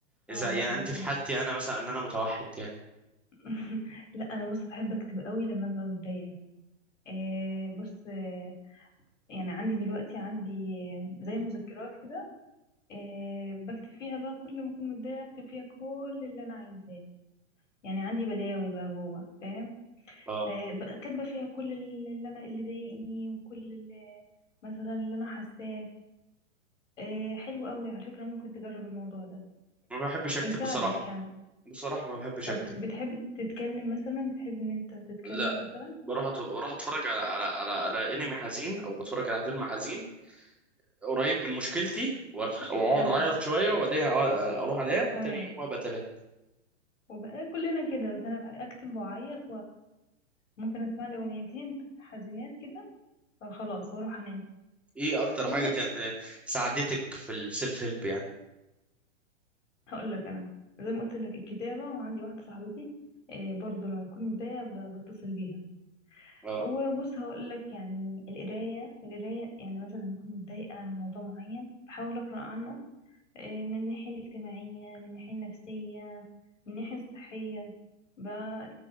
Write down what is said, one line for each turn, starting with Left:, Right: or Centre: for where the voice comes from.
Centre: اذا
Left: اه هقول
Centre: يعني انت
Left: لك
Centre: في
Left: انا
Centre: حالتي انا مثلا ان انا متوحد يعني
Left: <laughs> لا انا بص بحب اكتب قوي لما ببقى متضايقه آه بص آه يعني عندي دلوقتي عندي زي مذكرات كده آه بكتب فيها بقى كل ما اكون متضايقه اكتب فيها كل اللي انا عايزاه يعني عندي بلاوي بقى جوه فاهم
Centre: اه
Left: آه بقى كاتبه فيها كل اللي انا اللي ضايقني وكل اللي مثلا اللي انا حاساه آه حلو قوي على فكره ممكن تجرب الموضوع ده
Centre: ما بحبش اكتب
Left: هيساعدك
Centre: بصراحه
Left: يعني
Centre: بصراحه ما بحبش
Left: طب
Centre: اكتب
Left: بتحب تتكلم مثلا بتحب ان انت تتكلم
Centre: لا
Left: مثلا
Centre: بروح أت... بروح اتفرج على على على, على انمي حزين او بتفرج على فيلم حزين قريب من مشكلتي وأر- واقعد
Left: اه
Centre: اعيط شويه وبعدها أقعد- اروح انام وتاني
Left: وانا
Centre: يوم ابقى تمام
Left: وف- آه، كلنا كده بس انا بح- اكتب واعيط وممكن اسمع لي اغنيتين حزينات كده فخلاص واروح انام
Centre: ايه اكتر
Left: طب
Centre: حاجه
Left: انت
Centre: كان ساعدتك في السيلف هيلب يعني
Left: هقول لك انا زي ما قلت لك الكتابة وعندي واحدة صاحبتي آه، برضو لما بكون متضايقة ب- بتصل بيها
Centre: اه
Left: وبص هقول لك يعني القراية القراية يعني مثلا لما بكون متضايقة من موضوع معين بحاول اقرا عنه آه، من الناحية الاجتماعية من الناحية النفسية من الناحية الصحية بقى